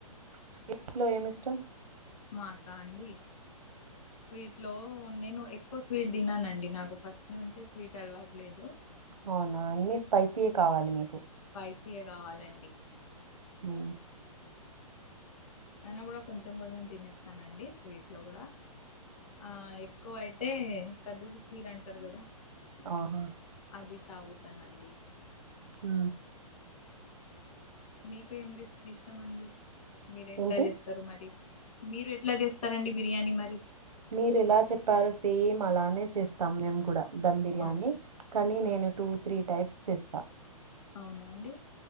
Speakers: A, on the right; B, on the left.
A: స్వీట్స్ లో ఏమి ఇష్టం.
B: మాకా అండి. స్వీట్ లో నేను ఎక్కువ స్వీట్ తిననండి నాకు ఫస్ట్ నుంచే స్వీట్ అలవాట్లేదు.
A: అవునా అన్ని స్పైసీఎ కావాలి మీకు.
B: స్పైసీఎ కావాలండి.
A: ఉ.
B: అయినా కూడా కొంచెం కొంచెం తినేస్తానండి స్వీట్ లో కూడా. ఆ ఎక్కువ అయితే కద్దుకు కీర అంటారు కదా.
A: ఆహా.
B: అది తాగుతానండి.
A: ఊ.
B: మీకు ఏంది ఇష్టమండి మీరు ఎట్లా
A: ఏంటి
B: చేస్. రు మరి మీరు ఎట్లా చేస్తారండి బిర్యానీ మరి.
A: మీరు ఎలా చెప్పారో సేమ్ అలానే చేస్తాం మేము కూడా ధమ్ బిర్యానీ
B: అవునా
A: కానీ
B: ఆ,
A: నేను. టూ త్రీ టైప్స్ చేస్తా
B: అవునా అండి